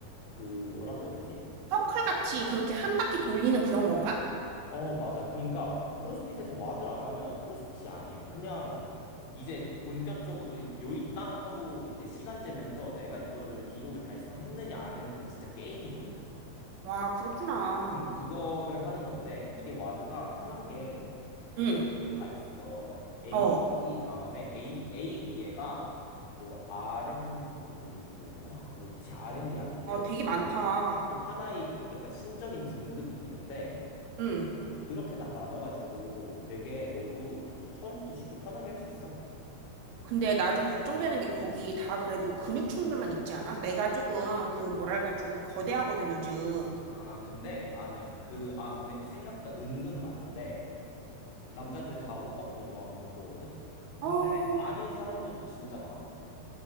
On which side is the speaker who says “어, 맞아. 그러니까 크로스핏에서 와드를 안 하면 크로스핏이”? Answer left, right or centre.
Left